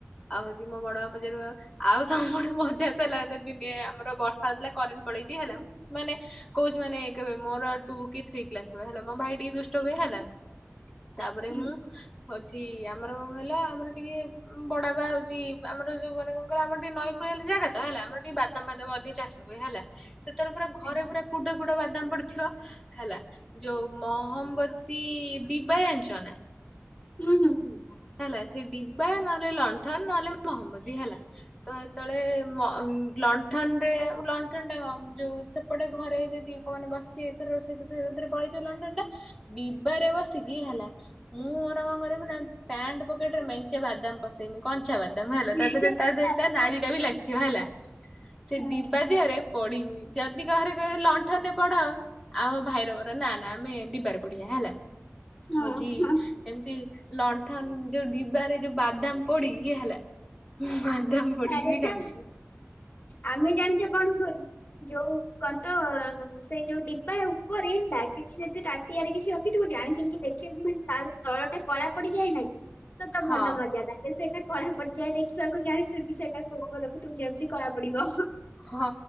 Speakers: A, in the centre; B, on the left.
A: ଆଉ ହଉଛି ମୋ ବଡଗଁ ପଜାର ଆଉ ଆଉ ସବୁ ଗଠେ ମଜା ଥିଲା ଏ ଦିନେ ଆମର ବର୍ଷା ହଉଥିଲା, କରେଣ୍ଟ ପଳେଇଛି ହେଲା, କହୁଚୁ ମାନେ କେବେ ମୋର ଟୁ କି ଥ୍ରି ଥ୍ରୀ କକ୍ଲାସ୍ ର ଜଣେ ହେଲା ମୋ ଭାଇ ଟିକେ ଦୁଷ୍ଟ
B: ହୁଁ
A: ହୁଏ ହେଲା ତାପରେ
B: ହୁଁ
A: ମୁଁ ହଉଚି ଆମ ଆମର କଣ କହିଲ ଆମର ଟିକେ ବଡା ବା ହଉଚି ଆମର ଯୋଉ ମାନେ କଣ କହିଲ ଆମର ଟିକେ ନଈ କୂଳିଆ ଯାଗା ତ ହେଲା ଆମର ଟିକେ ବାଦାମ ଫାଦାମ ଅଧିକ ଚାଷ ହୁଏ। ହେଲା। ସେତବେଳକୁ ପୁରା ଘରେ
B: ଆଚ୍ଛା
A: ପୁରା କୁଡ କୁଡ଼ା ବାଦାମ ପଡିଥିବ। ହେଲା ଯୋଉ ମହମବତୀ ବିବା ଜାଣିଚ ନା?
B: ହୁଁ ହୁଁ ହୁଁ।
A: ହେଲା ସେ ଵିବା ନହେଲେ ଲଣ୍ଟ ହଁ ନହେଲେ ମହମବତି ହେଲା ତ ସେତେବେଳେ ମହ ଲନ୍ଠନରେ ଲନ ଯୋଉ ସେପଟେ ଘରେ ଯଦି କଉ ମାନେ ବସିଥିବେ ଏଥର ରୋଷେଇ ଫୋଷେଇରେ ପଳେଇଥିବ ଲଣ୍ଠନ ଟା ଡିବାରେ ବସିିକି ହେଲା ମୁଁ ମୋର କଣ କରରେ ନା ପ୍ୟାଣ୍ଟ ପକେଟରେ ମେଞ୍ଚେ ବାଦାମ ପସେଇବି କ ପଚା ବାଦାମ ହେଲା
B: ହୁଁ
A: ତା ଦେହରେ ତା ଦେହରେ
B: ଆରେ
A: ତା ନାଡିଟା
B: ବା
A: ବି ଲାଗିଥିବ ହେଲା ସେ
B: ହୁଁ
A: ଡିବା ଦେହରେ ପଢିବି ଯଦି ଘରେ କହିବେ ଲଣ୍ଠନରେ ପଢ ଆମ ଭାଇର ମୋର ନା ନା ଆମେ ଡିବାରେ ପଢିବା। ହେଲା
B: ହଁ
A: ହଉଚି
B: ହଁ।
A: ଏମତି ଲ ଯୋଉ ଡିବାରେ ଯୋଉ ବାଦାମ ପଡି ଇଏ ହେଲା ବାଦାମ ପୋଡିକି
B: ଆରେ
A: ବି ଖାଇଛୁ
B: ବା ଆମେ ଜାଣିଚ କଣ କରୁ ଯୋଉ କଣ ତ ସେଇ ଯୋଉ ଡିବା ଉପରେ ହେଲା କିଛି ଯଦି ତାଟିଆ ରେ କିଛି ରଖି ଥିବୁ ଜାଣିଶୁଣି କି ଦେଖେଇ <unintelligible> ତା ତଳ ଟା କଳା ପଡିଯାଏ ନାଇ କି ତତ
A: ହଁ।
B: ଭଲ ମଜା ଲେ ସେଇଟା କଳା ପଡିଯାଏ ଦେଖି ତାକୁ ଜାଣିଶୁଣି କି ସେଇଟା କୁ ଅଗରେ ରଖିଥିବୁ ଯେମିତି କଳା ପଡିବ।
A: ହଁ